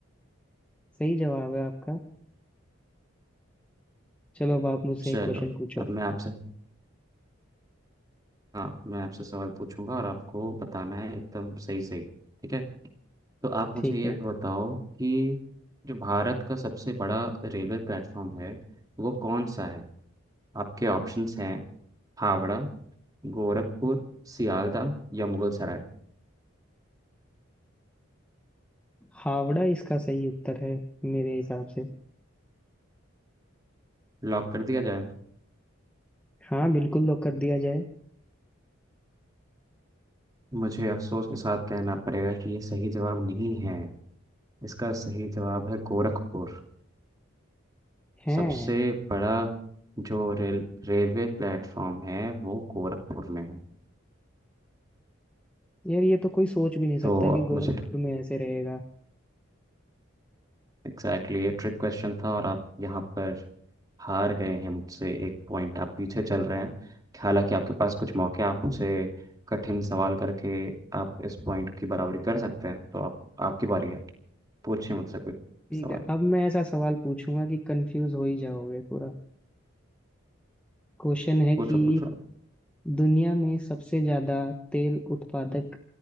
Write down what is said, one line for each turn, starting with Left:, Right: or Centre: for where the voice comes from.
Centre: सही जवाब है आपका चलो अब आप मुझसे
Right: चलो
Centre: एक क्वेश्चन पूछो
Right: अब मैं आपसे हाँ मैं आपसे सवाल पूछूंगा और आपको बताना है एकदम सही सही ठीक है तो आप मुझे
Centre: ठीक
Right: ये
Centre: है
Right: बताओ कि जो भारत का सबसे बड़ा रेलवे प्लेटफॉर्म है वो कौन सा है आपके ऑप्शंस हैं हावड़ा गोरखपुर सियालदह या मुगलसराय
Centre: हावड़ा इसका सही उत्तर है मेरे हिसाब से
Right: लॉक कर दिया जाए
Centre: हाँ बिल्कुल लॉक कर दिया जाए
Right: मुझे अफसोस के साथ कहना पड़ेगा कि ये सही जवाब नहीं है इसका सही जवाब है गोरखपुर
Centre: हैं
Right: सबसे बड़ा जो रेल रेलवे प्लेटफॉर्म है वो गोरखपुर में है
Centre: यार ये तो कोई सोच भी नहीं सकता
Right: तो
Centre: कि गोरखपुर
Right: मुझे
Centre: में ऐसे रहेगा
Right: एग्जैक्टली exactly, ये ट्रिक क्वेश्चन था और आप यहाँ पर हार गए हैं मुझसे एक पॉइंट आप पीछे चल रहे हैं हालांकि आपके पास कुछ मौके हैं, आप मुझसे कठिन सवाल करके आप इस पॉइंट की बराबरी कर सकते हैं तो आप आपकी बारी है पूछिए मुझसे कोई
Centre: ठीक
Right: सवाल
Centre: है अब मैं ऐसा सवाल पूछूंगा कि कंफ्यूज हो ही जाओगे पूरा क्वेश्चन है
Right: पूछो
Centre: कि
Right: पूछो
Centre: दुनिया में सबसे ज्यादा तेल उत्पादक